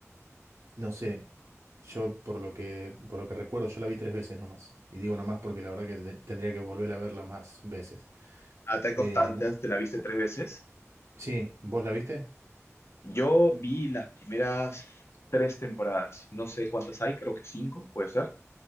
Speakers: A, on the right; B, on the left.
A: no sé, yo por lo que, por lo que recuerdo, yo la vi tres veces nomás. Y digo nomás porque la verdad que te- tendría que volver a verla más veces.
B: Attack
A: Eh,
B: of Titans,
A: no-
B: ¿te la viste tres veces?
A: sí, ¿vos la viste?
B: Yo vi las primeras tres temporadas. No sé cuántas hay, creo que cinco, puede ser.